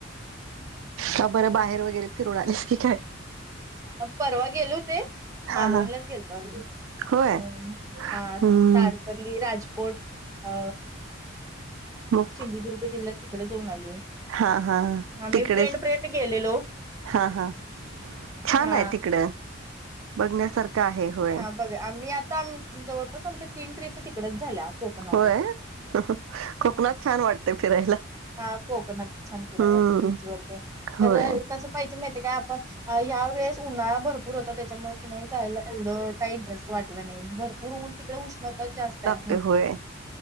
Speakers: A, on the right (about 85°); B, on the right (about 15°).
A: का बरं बाहेर वगैरे फिरून आलीस की काय
B: परवा गेलो होते
A: हा
B: मालवणलाच
A: हा
B: गेलतो आम्ही.
A: होय
B: हम्म आठ
A: हम्म
B: साड पल्ली राजकोट अ
A: मग
B: सिंधुदुर्ग जिल्ह्यात तिकड जाऊन आले
A: हा हा हा.
B: आम्ही
A: तिकडेच
B: फ्रेंड फ्रेंड गेलेलो.
A: हा हा छान
B: हा
A: हाय तिकडं बघण्यासारखं आहे होय.
B: बघ आम्ही आता जवळपास आमच्या तीन ट्रिप तिकडच झाल्या कोकणातच
A: होय कोकणात छान वाटत फिरायला.
B: हा कोकणात छान फिराय
A: हम्म
B: वाटते बीच वर ते तर
A: होय
B: कसं पाहिजे माहित काय आपण ह्या वेळेस उन्हाळा भर पूर होता त्याच्यामुळ की नाय जायला एवढं काय इंटरेस्ट वाटलं नाय भरपूर ऊन तिकड उष्णताच जास्तय.
A: ते होय.